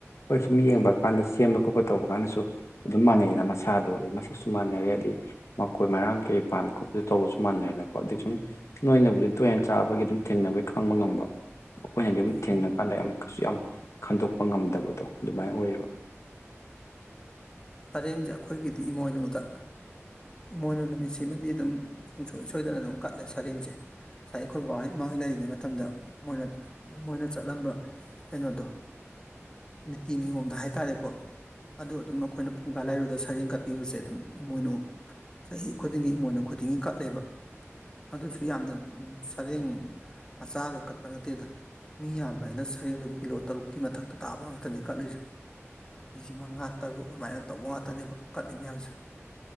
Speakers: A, on the left; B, on the left.
A: ꯍꯣꯏ ꯁꯨꯝ ꯌꯦꯡꯕ ꯀꯥꯟꯗ ꯁꯦꯝꯕ ꯈꯣꯠꯄ ꯇꯧꯕ ꯀꯥꯟꯗꯁꯨ ꯑꯗꯨꯝ ꯃꯥꯟꯅꯩꯌꯦꯗ ꯃꯁꯥꯗꯣ ꯑꯗꯩ ꯃꯁꯛꯁꯨ ꯃꯥꯟꯅꯔꯦ ꯑꯗꯩ ꯃꯈꯀꯣꯏ ꯃꯔꯥꯡ ꯀꯩ ꯄꯥꯝ ꯈꯣꯠꯄꯗ ꯇꯧꯕꯁꯨ ꯃꯥꯟꯅꯩꯅꯀꯣ ꯑꯗꯨꯗꯤ ꯁꯨꯝ ꯅꯣꯏꯅꯕꯨꯗꯤ ꯇꯨꯔꯦꯟ ꯆꯥꯕꯒꯤ ꯑꯗꯨꯝ ꯊꯦꯡꯅꯕꯒꯤ ꯈꯪꯕ ꯉꯝꯕ ꯑꯩꯈꯣꯏꯅꯗꯤ ꯑꯗꯨꯝ
B: ꯎꯝ
A: ꯊꯦꯡꯅ ꯀꯥꯟꯗ ꯌꯥꯝ ꯀꯩꯁꯨ ꯌꯥꯝ ꯈꯟꯗꯣꯛꯄ ꯉꯝꯗꯕꯗꯣ ꯑꯗꯨꯃꯥꯏꯅ ꯑꯣꯏꯌꯦꯕ
B: ꯆꯔꯦꯡꯁꯦ ꯑꯩꯈꯣꯏꯒꯤꯗꯤ ꯏꯃꯣꯏꯅꯨꯗ ꯏꯃꯣꯏꯅꯨ ꯅꯨꯃꯤꯠꯁꯤꯃꯗꯤ ꯑꯗꯨꯝ ꯁꯨꯡꯁꯣꯏ ꯁꯣꯏꯗꯅ ꯑꯗꯨꯝ ꯀꯠꯂꯦ ꯁꯔꯦꯡꯁꯦ ꯉꯁꯥꯏ ꯑꯩꯈꯣꯏ ꯕꯕꯥꯍ ꯏꯃꯥꯍꯣꯏ ꯂꯩꯔꯤꯉꯩ ꯃꯇꯝꯗ ꯃꯣꯏꯅ ꯃꯣꯏꯅ ꯆꯠꯂꯝꯕ ꯀꯩꯅꯣꯗꯣ ꯅꯤꯇꯤ ꯅꯤꯌꯣꯝꯗ ꯍꯥꯏꯇꯥꯔꯦꯀꯣ ꯑꯗꯨ ꯑꯗꯨꯝ ꯑꯩꯈꯣꯏꯅ ꯐꯡꯒꯥ ꯂꯥꯏꯔꯨꯗ ꯁꯔꯦꯡ ꯀꯠꯄꯤꯕꯁꯦ ꯑꯗꯨꯝ ꯏꯃꯣꯏꯅꯨ ꯆꯍꯤ ꯈꯨꯗꯤꯡꯒꯤ ꯏꯃꯣꯏꯅꯨ ꯈꯨꯗꯤꯡꯒꯤ ꯀꯠꯂꯦꯕ ꯑꯗꯨꯁꯨ ꯌꯥꯝꯅ ꯁꯔꯦꯡ ꯃꯆꯥꯒ ꯀꯛꯄ ꯅꯠꯇꯦꯗ ꯃꯤ ꯌꯥꯝꯕ ꯍꯥꯏꯅ ꯁꯔꯦꯡꯗꯨ ꯀꯤꯂꯣ ꯇꯔꯨꯛꯀꯤ ꯃꯊꯛꯇ ꯇꯥꯕ ꯉꯥꯛꯇꯅꯦ ꯀꯠꯂꯨꯁꯦ ꯀꯦ ꯖꯤ ꯃꯉꯥ ꯇꯔꯨꯛ ꯑꯗꯨꯃꯥꯏꯅ ꯇꯧꯕ ꯉꯥꯛꯇꯅꯦꯕ ꯀꯠꯂꯤ ꯃꯌꯥꯝꯁꯦ